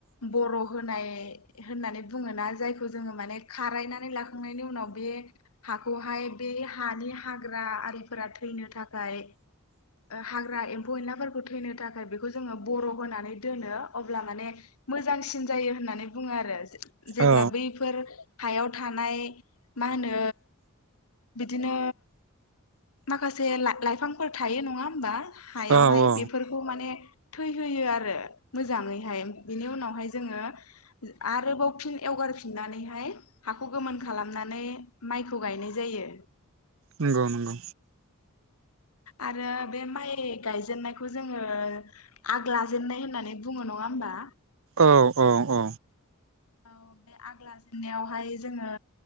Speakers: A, on the left; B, on the right.
A: बर' होनाय होननानै बुङोना जायखौ जोङो माने खारायनानै लाखांनायनि उनाव बे हाखौहाय बे हानि हाग्रा आरिफोरा थैनो थाखाय हाग्रा एम्फौ एनला फोरखौ थैनो थाखाय बेखौ जोङो बर' होनानै दोनो अब्ला माने मोजांसिन जायो होननानै बुङो आरो जेब्ला
B: औ
A: बैफोर हायाव थानाय मा होनो बिदिनो माखासे ला लाइफांफोर थायो नङा होमबा हायावहाय
B: औ औ
A: बेफोर खौ माने थै होयो आरो मोजाङैहाय बेनि उनावहाय जोङो आरोबाव फिन एवगारफिननानैहाय हाखौ गोमोन खालामनानै माइखौ गायनाय जायो।
B: नंगौ नंगौ
A: आरो बे माइ गायजेननायखौ जोङो आग लाजेननाय होननानै बुङो नङा होमबा
B: औ औ औ
A: औ बे आग लाजेननायावहाय जोङो